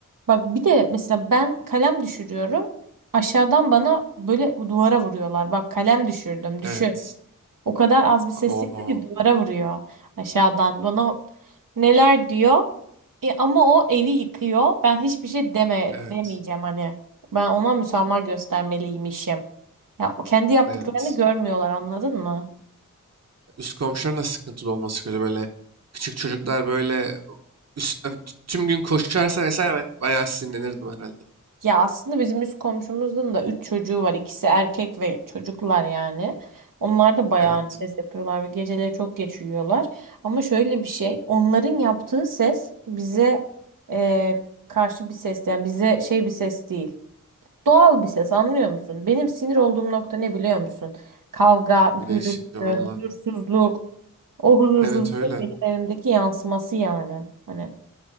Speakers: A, on the right; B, on the right.
A: bak bir de mesela ben kalem düşürüyorum. Aşağıdan bana böyle duvara vuruyorlar. Bak kalem düşürdüm. Düşün.
B: Evet.
A: O kadar az bir ses
B: Oho.
A: çıktı ki duvara vuruyor aşağıdan. Bana neler diyor? E, ama o evi yıkıyor. Ben hiçbir şey deme
B: Evet.
A: demeyeceğim hani. Ben ona müsamaha göstermeliymişim. Ya o kendi yaptıklarını
B: Evet.
A: görmüyorlar anladın mı?
B: Üst komşuların da sıkıntılı olması kötü böyle. Küçük çocuklar böyle üstüne t- tüm gün koşarsa vesaire ben bayağı sinirlenirdim herhalde.
A: Ya aslında bizim üst komşumuzun da üç çocuğu var. İkisi erkek ve çocuklar yani. Onlar da bayağı
B: Evet
A: hani ses yapıyorlar ve geceleri çok geç uyuyorlar. Ama şöyle bir şey, onların yaptığı ses bize e, karşı bir ses yani bize şey bir ses değil. Doğal bir ses anlıyor musun? Benim sinir olduğum nokta ne biliyor musun? Kavga, gürültü,
B: değişince valla.
A: huzursuzluk. O huzursuzluk
B: Evet öyle.
A: benim evimdeki yansıması yani. Hani